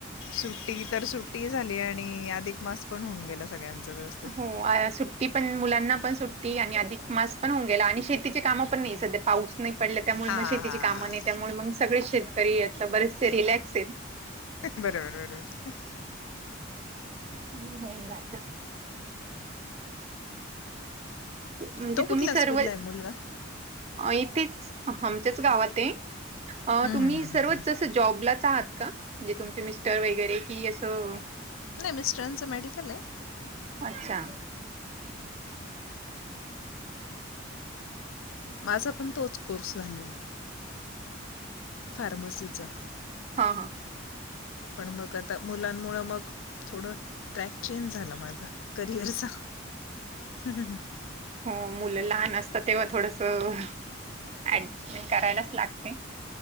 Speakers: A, on the left; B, on the right.
A: सुट्टी तर सुट सुट्टी झाली आणि अधिक मास पण होऊन गेला, सगळ्यांचा व्यवस्थित
B: हो आया सुट्टी पण मुलांना पण सुट ते आणि अधिक मास पण होऊन, गेला आणि शेतीची काम पण नाही सध्या पाऊस नाही पडल्या त्यामुळे
A: हां,
B: मग शेतीची
A: हां.
B: कामं नाही, त्यामुळे मग सगळे शेतकरी आता बरेचसे रिलॅक्स आहेत.
A: बरोबर बरोबर
B: हम् व्हय जात. म्हणजे
A: तो कुठल्या
B: तुम्ही सर्व
A: स्कूलला आहे मुलगा
B: येथेच आमच्याच गावातए
A: हम्म,
B: तुम्ही
A: हम्म, हम्म,
B: सर्वच
A: हम्म, हम्म.
B: तीथ जॉबलाच आहात का? म्हणजे तुमचे मिस्टर वगैरे कि असं
A: नाही मिस्टरांच मेडिकल आहे.
B: अच्छा
A: माझा पण तोच कोर्स झालेला फार्मसीचा
B: हा हा.
A: पण मग आता मुलांमुळ मग थोड ट्रॅक चेंज झाला माझा करिअरचा <unintelligible>
B: हो मुलं लहान असतात तेव्हा थोडस ऍडजेस्टमेंट करायलाच लागते.